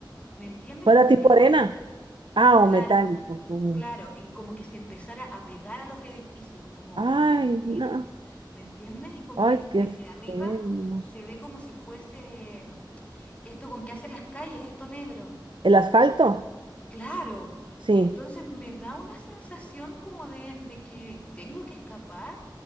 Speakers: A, on the left; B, on the right.
A: ¿me entiendes?
B: ¿Fuera
A: Como
B: tipo
A: metálico.
B: arena? Ah, o
A: Claro,
B: metálico.
A: como,
B: como-
A: claro, y como que se empezara a pegar a los edificios, como,
B: Ay,
A: como a consumirlos,
B: no.
A: ¿me entiendes? Y como
B: Ay,
A: que desde
B: qué
A: arriba
B: feo.
A: se ve como si fuese esto con qué hacen las calles, esto negro.
B: ¿El asfalto?
A: Claro.
B: Sí.
A: Entonces me da una sensación como de, de que tengo que escapar